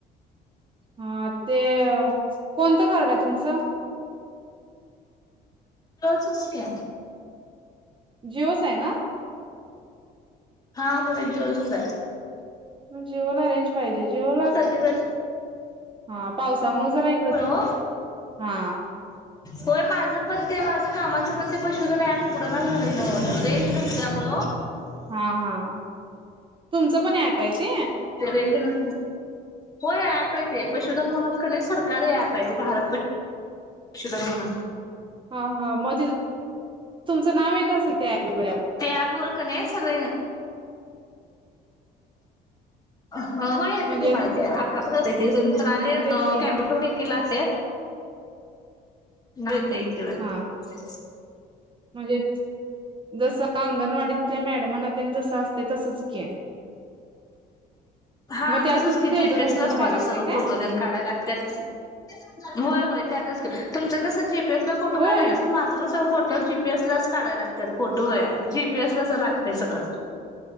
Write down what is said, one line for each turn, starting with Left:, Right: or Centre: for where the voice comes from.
Right: हा ते कोणतं कर्ड आहे तुमचं.
Left: तचच घ्या.
Right: जिओस आहे ना.
Left: हा हो जोजच आहे.
Right: मग जिओ ला रेंज पाहिजे जिओ ला.
Left: त का.
Right: हा पावसामुळे जरा इकडं तिकड
Left: ओ
Right: हा.
Left: होय माझं पण ते माझं कामाचं पण ते पशूजन या उघडं ना झालंय न रेंज नसल्यामुळ.
Right: हां हा तुमचं पण ऍप आहे ते.
Left: तेर र. हो प यये पशुधन म्हणून कणे सरकारी प यये भारत प. त् जनवून.
Right: हा हा मध्येजे तुमचं नाव येतं असेल त्या उोबऱ्यावर.
Left: त्या पोर की नाही सगळी <unintelligible>
Right: म्हणजे तेच की
Left: केला असेल <unintelligible>
Right: हम.
Left: <inaudible>
Right: मजेत जसं अंगणवाडीतल्या मॅडमना जसं असते तसच की.
Left: हा
Right: मग त्यातच
Left: तसंच की
Right: ते
Left: जीपीएस
Right: वजन उंची
Left: लाच
Right: भरायला
Left: माझं
Right: लागते
Left: सगळं
Right: काय
Left: फोटो त्यान काढाय लागत्यात. होय होय त्यातच का तुमच कस जेपीएसला फोटो
Right: होय
Left: काढाय कस माझं पण सगटे. जीपीएस लाच काढाय लागत फोटो जीपीएस लाच लागतय सगळं.